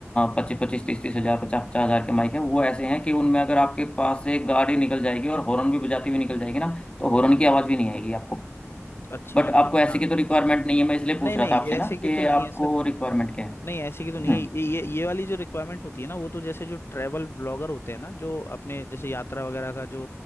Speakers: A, on the left; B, on the left.
A: पच्चीस पच्चीस तीस तीस हजार पचास पचास हजार के माइक हैं वो ऐसे हैं कि उनमें अगर आपके पास से गाड़ी निकल जाएगी और हॉर्न भी बजाती हुई निकल जाएगी ना तो हॉर्न की आवाज़ भी नहीं आएगी आपको
B: अच्छा
A: बट
B: मतलब
A: आपको
B: इतना
A: ऐसे की तो रिक्वायरमेंट नहीं है मैं इसलिए पूछ
B: नहीं
A: रहा
B: नहीं
A: था आपसे
B: ऐसे
A: ना
B: की
A: कि
B: तो नहीं
A: आपको
B: है सर
A: रिक्वायरमेंट क्या है
B: नहीं ऐसे की तो नहीं
A: हम्म,
B: है ये ये ये वाली जो रिक्वायरमेंट होती है ना वो तो जैसे जो ट्रैवल ब्लॉगर होते हैं ना जो अपने जैसे यात्रा वगैरह का जो